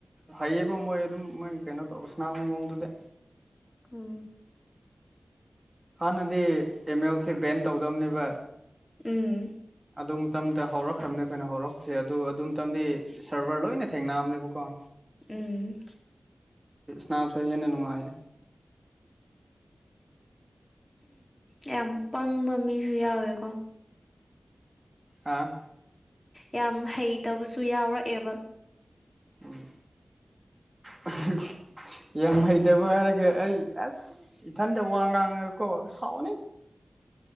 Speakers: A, on the right; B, on the left.
A: ꯍꯥꯏꯌꯦꯕ ꯃꯣꯏ ꯑꯗꯨꯝ ꯃꯣꯏ ꯀꯩꯅꯣ ꯇꯧꯕ ꯁꯅꯥꯅꯕ ꯃꯑꯣꯡꯗꯨꯗꯤ
B: ꯎ
A: ꯍꯥꯟꯅꯗꯤ ꯑꯦꯝ ꯑꯦꯜꯁꯦ ꯕꯦꯟ ꯇꯧꯗꯝꯕꯅꯦꯕ
B: ꯎꯝ
A: ꯑꯗꯨ ꯃꯇꯝꯗ ꯍꯧꯔꯛꯈ꯭ꯔꯕꯅꯦ ꯑꯩꯈꯣꯏꯅ ꯍꯧꯔꯛꯄꯁꯦ ꯑꯗꯨ ꯑꯗꯨ ꯃꯇꯝꯗꯤ ꯁꯔꯚꯔ ꯂꯣꯏꯅ ꯊꯦꯡꯅꯝꯅꯦꯕꯀꯣ
B: ꯎꯝ
A: ꯅꯥꯝ ꯁꯣ ꯍꯦꯟꯅ ꯅꯨꯡꯉꯥꯏ
B: ꯌꯥꯝ ꯄꯪꯕ ꯃꯤꯁꯨ ꯌꯥꯎꯋꯦꯀꯣ
A: ꯑ
B: ꯌꯥꯝ ꯍꯩꯇꯕꯁꯨ ꯌꯥꯎꯔꯛꯑꯦꯕ
A: ꯎꯝ <unintelligible> ꯌꯥꯝꯡ ꯍꯩꯗꯕ ꯍꯥꯏꯔꯒ ꯑꯩ ꯑꯁ ꯏꯊꯟꯗ ꯋꯥ ꯉꯥꯡꯉꯀꯣ ꯁꯥꯎ